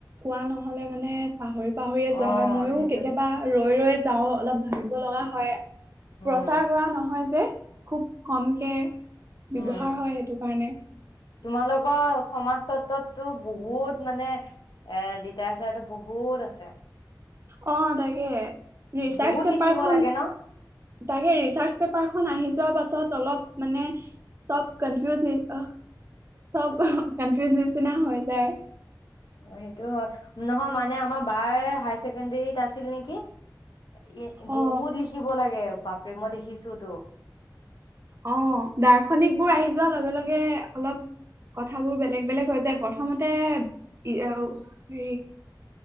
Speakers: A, on the right (about 35°); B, on the left (about 75°).
A: কোৱা নহলে মানে, মানে পাহৰি পাহৰিয়ে যোৱা
B: অ
A: হয় মইো
B: সেইটো
A: কেতিয়াবা ৰৈ ৰৈ <unintelligible> তাও অলপ ভাবিব লগা হয়,
B: উম
A: প্ৰচাৰ কৰা নহয় যে। খুব কমকে
B: উম
A: ব্যৱহাৰ হয় সেইটো কাৰণে।
B: তোমালোকৰ সমাজতত্বতো বহুত মানে এ লিটাচাৰটো বহুত আছে।
A: অ তাকে ৰিচাৰ্চ
B: বহুত
A: পেপাৰখন,
B: লিখিব লাগে ন
A: তাকে ৰিচাৰ্চ পেপাৰখন আহি যোৱা পাছত অলপ মানে চব কনফিউজ নি অ চব কনফিউজ নিচ নিচিনা হৈ যায়।
B: অ সেইটো হয় নহয় মানে আমাৰ বাৰ হাই ছেকেণ্ডৰীত আছিল নেকি? এ বহুত
A: অ
B: লিখিব লাগে। বাপ্ৰে মই দেখিছোত।
A: অ দাৰ্শনিক বোৰ আহি যোৱা লগে লগে লগে অলপ কথাবোৰ বেলেগ বেলেগ হয় যায়, প্ৰথমতে ইআও হেৰী